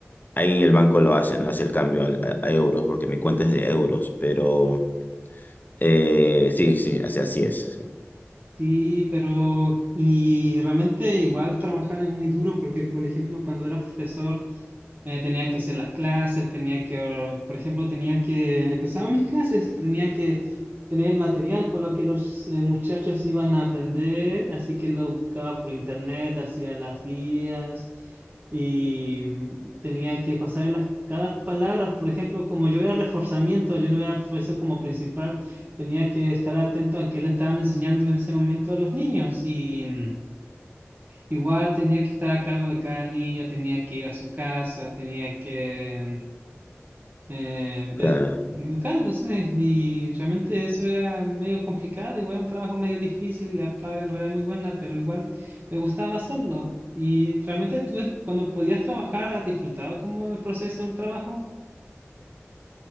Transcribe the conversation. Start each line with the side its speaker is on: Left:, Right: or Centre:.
Left: Ahí el banco lo hace, ¿no? Hace el cambio al- a, a euros, porque mi cuenta es de euros, pero eh, sí, sí, así, así es, sí,
Right: Sí, pero y realmente igual trabajar es muy duro porque, por ejemplo, cuando era profesor, eh, tenía que hacer las clases, tenía que, or- por ejemplo, tenía que, empezaba mis clases, tenía que tener el material con lo que los eh, muchachos iban a aprender, así que lo buscaba por internet, hacía las guías y mm, tenía que pasar en las, cada palabra, por ejemplo, como yo era reforzamiento, yo no era profesor como principal, tenía que estar atento a qué le estaban enseñando en ese momento a los niños y... mm, Igual tenía que estar a cargo de cada niño, tenía que ir a su casa, tenía que eh,
Left: claro.
Right: edu- educarlos, sabes Y realmente eso era medio complicado, igual un trabajo medio difícil, la paga no era muy buena, pero igual me gustaba hacerlo. Y realmente tú cuando podías trabajar, ¿has disfrutado como el proceso del trabajo?